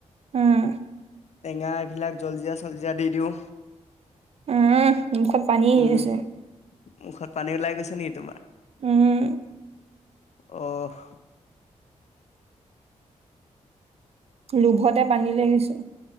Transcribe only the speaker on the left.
টেঙা এইবিলাক জলকীয়া-চলজীয়া দি দিওঁ।
উম
মুখত পানী ওলাই গৈছে নেকি তোমাৰ?
অ',